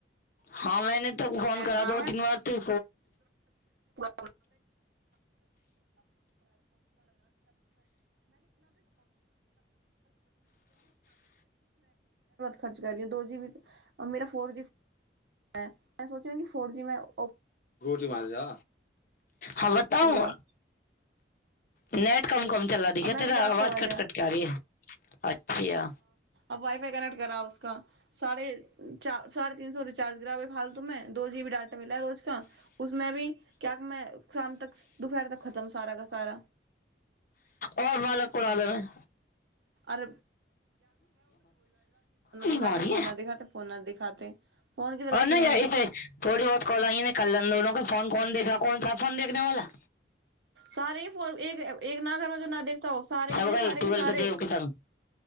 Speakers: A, on the left; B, on the right.
A: हँ मैने तो <unintelligible> फोन करा
B: रहा
A: दो
B: है
A: तीन बार तो
B: <unintelligible> <unintelligible> क <unintelligible> खर्च कर दो जी बी मे फोर जी <unintelligible> सोच कि फोर जीमे <unintelligible>
A: रोटी मार जा हँ बताउ
B: चलेगा
A: नैट कम कम चलला दी
B: अब
A: क
B: मैंने
A: तेरा
B: रिचार्ज
A: आवाज
B: करवा लिया
A: कट कट क आ री ह पछिया
B: आब वइफ कनेकट करऽब साढ़े च साढ़े तीन सो रिचार्ज ग्र फालतूमें दो जीबी ाटा मिल है रोज का उसमे भी क्य मे शाम तक दुपहर तक खतम सारा का सारा
A: आओर मालक उड़ा देबै
B: आर दिखाते
A: मारी
B: फोन ना दिखाते फोन ना दिखाते फोन की तो वैसे
A: नहिे
B: ही मई
A: थोड़ी बहुत कल कलनोन क फोन कोन देखा क कोन सा फोन देखने वाला
B: सारे ह फ एक न करना त ना देखता हो सारे
A: सब
B: हीै
A: गए
B: सारे
A: ट्वेल्व
B: के सारे
A: पे देव के संग